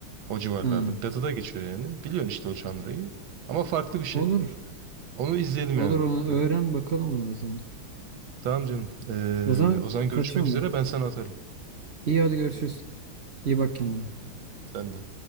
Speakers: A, on the right; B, on the right.
A: O civarlarda.
B: Ha.
A: Batı'da geçiyor yani. Biliyorsun işte o janrayı. Ama farklı bir şey.
B: Olur.
A: Onu izleyelim
B: Olur
A: yani mutlaka.
B: onu öğren bakalım onu o zaman.
A: Tamam canım. Ee,
B: O zaman
A: o zaman görüşmek
B: kaçıyorum
A: üzere.
B: ben.
A: Ben sana atarım.
B: İyi hadi görüşürüz. İyi bak kendine.
A: Sen de.